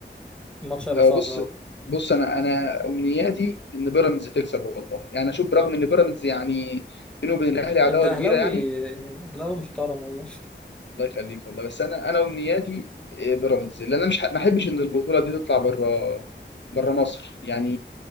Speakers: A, in the centre; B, on the left.
A: الماتش هيبقى
B: لو
A: صعب
B: بص
A: قوي
B: بص انا انا امنياتي ان بيراميدز تكسب والله يعني اشوف برغم ان بيراميدز يعني بينه وبين الاهلي عداوه
A: انت اهلاوي
B: كبيره يعني
A: اهلاوي محترم والله
B: الله يخليك والله بس انا انا امنياتي إيه، بيراميدز لان انا مش ح- ما احبش ان البطوله دي تطلع بره بره مصر يعني